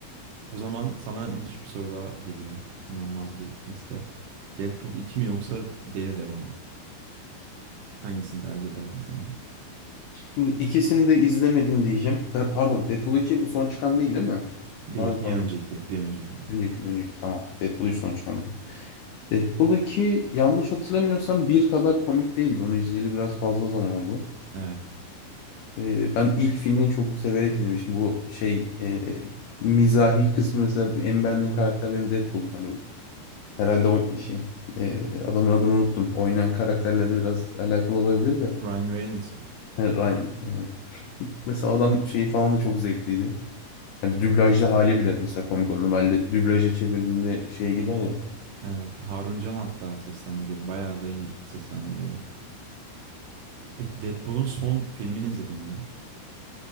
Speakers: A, on the right (about 75°); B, on the left (about 80°).
A: O zaman sana müthiş bir soru daha geliyor. İnanılmaz bir liste. Deadpool 2 mi yoksa Daredevil mı? Hangisini tercih ederdin sence?
B: Şimdi ikisini de izlemedim diyeceğim. Pa- Pardon Deadpool 2 bu son çıkan değil değil mi?
A: Değil
B: Pardon
A: bir
B: pardon.
A: önceki bir önceki.
B: Önceki, bir önceki tamam. Deadpool üç son çıkandı. Deadpool 2 yanlış hatırlamıyorsam bir kadar komik değildi. Onu izleyeli biraz fazla zaman oldu.
A: Evet.
B: Ee, ben ilk filmini çok severek izlemiştim. Bu şey e, mizahi kısmı mesela en beğendiğim karakter benim Deadpool'um. Hani bu- herhalde o şey e, adamın adını unuttum. Oynayan karakterle de biraz alakalı olabilir de.
A: Ryan Reynolds.
B: Yani Ryan aynen. Mesela adam şeyi falan da çok zevkliydi. Hani dublajda hali bile mesela komik oldu. Normalde dublaja çevirdiğinde şey gider ya.
A: Evet. Harun Can hatta seslendiriyordu. Bayağı da iyi seslendiriyordu. Peki Deadpool'un son filmini izledin mi?